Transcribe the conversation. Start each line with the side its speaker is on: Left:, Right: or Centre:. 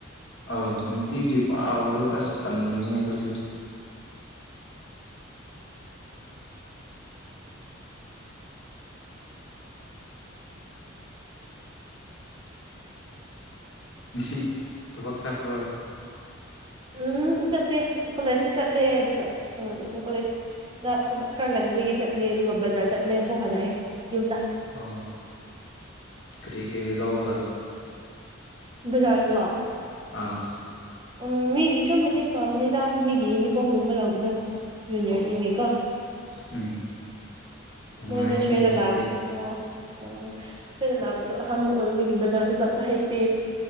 Left: ꯑ ꯅꯨꯡꯇꯤꯒꯤ ꯄꯥꯎꯕꯗꯣ ꯑꯁ ꯇꯝꯂꯤꯅꯦ ꯑꯩꯈꯣꯏꯁꯨ ꯉꯅꯨꯡꯁꯤ ꯊꯨꯣꯕꯥꯛ ꯆꯥꯄ꯭ꯔꯣ
Right: ꯎꯝ ꯆꯠꯇꯦ ꯀꯣꯂꯦꯖꯁꯤ ꯆꯠꯂꯦ ꯑꯗꯨꯒ ꯎꯝ ꯀꯣꯂꯦꯖꯇ ꯊꯕꯛ ꯈꯔ ꯂꯩ ꯌꯒꯤ ꯆꯠꯂꯦ ꯑꯗꯨꯒ ꯕꯖꯥꯔ ꯆꯠꯂꯦ ꯑꯃꯨꯛ ꯍꯜꯂꯛꯑꯦ ꯌꯨꯝꯗ
Left: ꯑ ꯀꯔꯤ ꯀꯔꯤ ꯂꯧꯕ
Right: ꯖꯔ ꯂꯥꯎ
Left: ꯑꯥ
Right: ꯎꯝ ꯃꯤꯒꯤ ꯁꯨꯝ ꯃꯇꯦꯡ ꯄꯥꯡꯕꯅꯤꯗ ꯃꯤꯒꯤ ꯌꯨꯅꯤꯐꯣꯔꯝꯒꯨꯝꯕ ꯂꯧꯕꯗꯣ ꯌꯖꯨꯅꯤꯔꯁꯤꯡꯀ
Left: ꯑꯣ ꯎꯝ ꯅꯨꯡꯉꯥꯏꯅꯦ
Right: ꯃꯣꯏꯗꯁꯣꯏꯗ
Left: ꯑꯗꯨꯗꯤ
Right: ꯂꯥꯛ ꯎꯝ ꯁꯣꯏꯗ ꯂꯥꯛꯄꯗꯣ ꯑꯍꯥꯟꯕ ꯑꯣꯟꯕꯒꯤ ꯕꯖꯥꯔꯁꯨ ꯆꯠꯄ ꯍꯩꯇꯦ